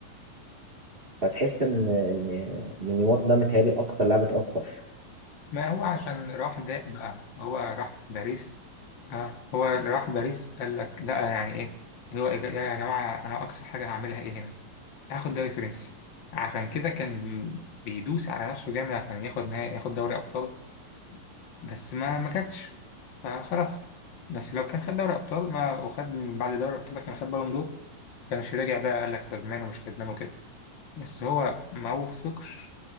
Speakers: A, on the right; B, on the left.
A: فتحس إن إن إن نيمار ده متهيألي أكتر لاعب اتأثر
B: ما هو عشان راح ده بقى هو راح باريس اه هو اللي راح باريس قال لك لا يعني ايه هو إيه يا يا جماعة انا اقصى حاجة هعملها ايه هنا هاخد دوري فرنسي عشان كده كان بيدوس على نفسه جامد عشان ياخد نهائي ياخد دوري ابطال بس ما ما كانتش فخلاص بس لو كان خد دوري ابطال ما وخد من بعد دوري الابطال ده كان خد بالون دور كانش راجع بقى قال لك ندمان ومش ندمان وكده بس هو ما وفقش